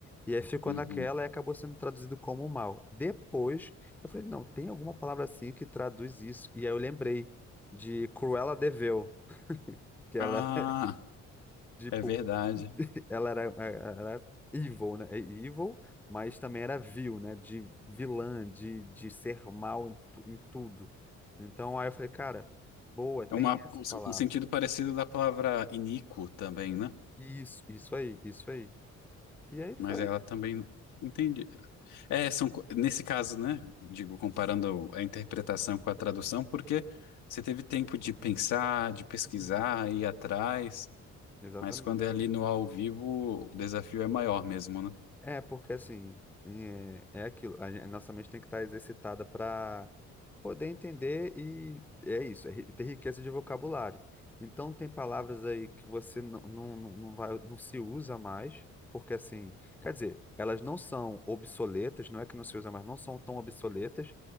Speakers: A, in the centre; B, on the left.
A: E aí ficou
B: Uhum.
A: naquela e acabou sendo traduzido como mal. Depois, eu falei, não, tem alguma palavra assim que traduz isso. E aí eu lembrei de Cruella de Vil, que ela
B: Ah,
A: era Tipo,
B: é verdade.
A: <laughs> ela era, era evil, né? É Evil, mas também era vil, né? De vilã, de, de ser mal em, tu- em tudo. Então aí eu falei, cara, boa, tem
B: É uma,
A: essa palavra.
B: um sentido parecido da palavra iníquo também, né?
A: Isso, isso aí, isso aí. E aí foi.
B: Mas ela também entendi. É, são, co- nesse caso, né? Digo, comparando a interpretação com a tradução, porque você teve tempo de pensar, de pesquisar,
A: Uhum.
B: ir atrás,
A: Exatamente.
B: mas quando é ali no ao vivo, o desafio é maior mesmo, né?
A: É, porque assim, é, é aquilo, a, gen- a nossa mente tem que estar exercitada para poder entender e é isso, é ri- ter riqueza de vocabulário. Então tem palavras aí que você não, não, não não vai, não se usa mais, porque assim, quer dizer, elas não são obsoletas, não é que não se usa mais, não são tão obsoletas,